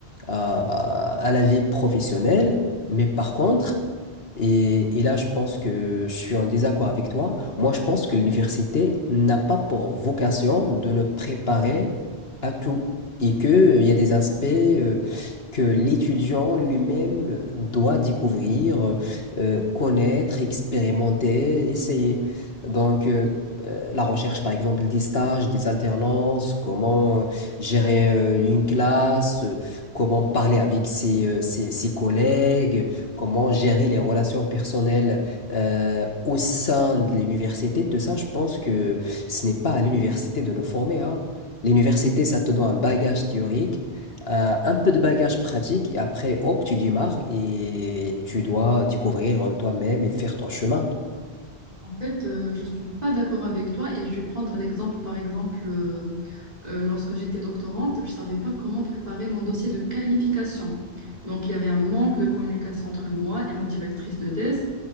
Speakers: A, on the left (about 65°); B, on the right (about 40°).
A: à, à la vie professionnelle. Mais par contre, et, et là, je pense que je suis en désaccord avec toi. Moi, je pense que l'université n'a pas pour vocation de nous préparer à tout et que, euh, il y a des aspects euh, que l'étudiant lui-même doit découvrir, euh, connaître, expérimenter, essayer. Donc, euh, euh, la recherche, par exemple, des stages, des alternances, comment euh, gérer euh, une classe, euh, comment parler avec ses, euh, ses, ses collègues, comment gérer les relations personnelles euh, au sein de l'université, tout ça, je pense que ce n'est pas à l'université de nous former, hein. L'université, ça te donne un bagage théorique, euh, un peu de bagage pratique, et après, hop, tu démarres et tu dois découvrir euh, toi-même et faire ton chemin.
B: En fait, euh, je ne suis pas d'accord avec toi et je vais prendre l'exemple, par exemple, euh, euh, lorsque j'étais doctorante, je ne savais pas comment préparer mon dossier de qualification. Donc, il y avait un manque de communication entre moi et ma directrice de thèse.